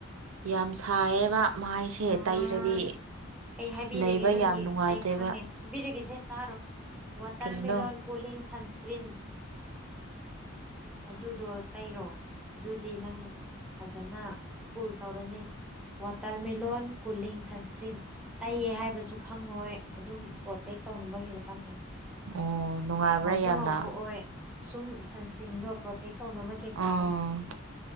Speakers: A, on the right; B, in the centre.
A: ꯌꯥꯝ ꯁꯥꯏꯌꯦꯕ ꯃꯥꯏꯁꯦ
B: ꯑꯥ
A: ꯇꯩꯔꯗꯤ
B: ꯑꯩ ꯍꯥꯏꯕꯤꯔꯒꯦ
A: ꯂꯩꯕ
B: ꯅꯪꯒꯤ
A: ꯌꯥꯝ ꯅꯨꯡꯉꯥꯏꯇꯦꯕ
B: ꯑꯩ ꯈꯪꯉꯦ ꯍꯥꯏꯕꯤꯔꯒꯦꯁꯦ ꯇꯥꯔꯣ ꯋꯥꯇꯔꯃꯦꯂꯣꯟ
A: ꯀꯔꯤꯅꯣ
B: ꯀꯨꯂꯤꯡ ꯁꯟꯁꯀ꯭ꯔꯤꯟ ꯑꯗꯨꯗꯣ ꯇꯩꯔꯣ ꯑꯗꯨꯗꯤ ꯅꯪ ꯐꯖꯅ ꯀꯨꯜ ꯇꯧꯔꯅꯤ ꯋꯥꯇꯔꯃꯦꯂꯣꯟ ꯀꯨꯂꯤꯡ ꯁꯟꯁꯀ꯭ꯔꯤꯟ ꯇꯩ ꯍꯥꯏꯕꯁꯨ ꯈꯪꯉꯣꯏ ꯑꯗꯨꯝ ꯄ꯭ꯔꯣꯇꯦꯛ ꯇꯧꯅꯕꯒꯤ ꯈꯛꯇꯪꯅꯦ
A: ꯑꯣ ꯅꯨꯡꯉꯥꯏꯕ꯭ꯔꯥ
B: ꯉꯧꯁꯨ
A: ꯌꯥꯝꯅ
B: ꯉꯧꯊꯣꯛꯑꯣꯏ ꯁꯨꯝ ꯁꯟꯁꯀ꯭ꯔꯤꯟꯗꯣ ꯄ꯭ꯔꯣꯇꯦꯛ ꯇꯧꯅꯕꯒꯤ ꯈꯛꯇꯪ
A: ꯑꯥ